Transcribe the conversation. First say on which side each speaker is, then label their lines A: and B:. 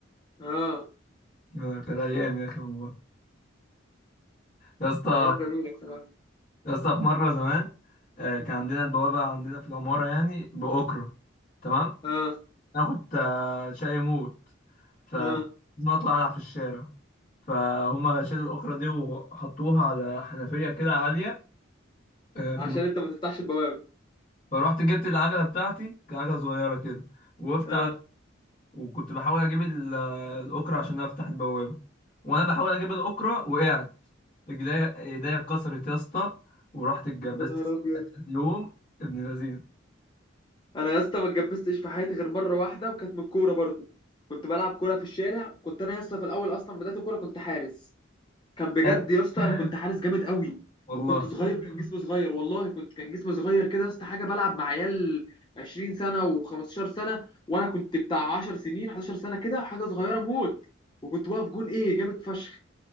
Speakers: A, on the left; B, on the left.
A: اه
B: آه، كانت أيام يا أخي والله يا اسطى
A: ايام جميلة بصراحة
B: يا اسطى في مرة زمان آه، كان عندنا البوابة عندنا في العمارة يعني بأكرة تمام
A: اه
B: انا كنت آه، شقي موت فكنت
A: اه
B: ما اطلع العب في الشارع فهم شالوا الاكره دي وحطوها على حنفيه كده عاليه آه، في
A: عشان
B: الم...
A: انت ما تفتحش البوابة
B: فروحت جبت العجله بتاعتي كانت عجله صغيره كده وقفت
A: اه
B: على... وكنت بحاول اجيب ال- الاكره عشان افتح البوابه وانا بحاول اجيب الاكره وقعت رجليا ايديا اتكسرت يا اسطى ورحت اتجبست
A: يا نهار ابيض
B: يوم ابن لذين
A: انا يا اسطى ما اتجبستش في حياتي غير مرة واحدة وكانت من الكورة برضو كنت بلعب كورة في الشارع كنت انا يا اسطى في الاول اصلا بداية الكورة كنت حارس كان بجد
B: آه،
A: يا اسطى انا كنت حارس جامد قوي
B: والله
A: وكنت صغير وكان جسمي صغير والله كنت كان جسمي صغير كده يا اسطى حاجه بلعب مع عيال 20 سنه و15 سنه وانا كنت بتاع 10 سنين 11 سنه كده حاجه صغيره موت وكنت واقف جون ايه جامد فشخ